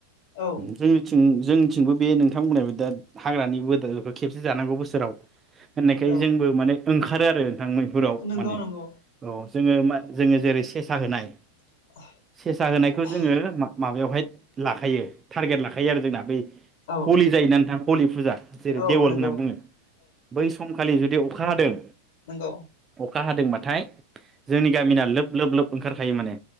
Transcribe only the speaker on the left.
ओ
औ
नंगौ
नंगौ
<unintelligible>
औ
औ
नंगौ
नोंगौ